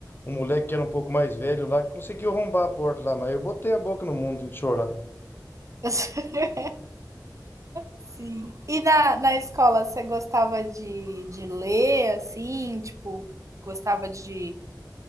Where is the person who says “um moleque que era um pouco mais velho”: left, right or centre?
Left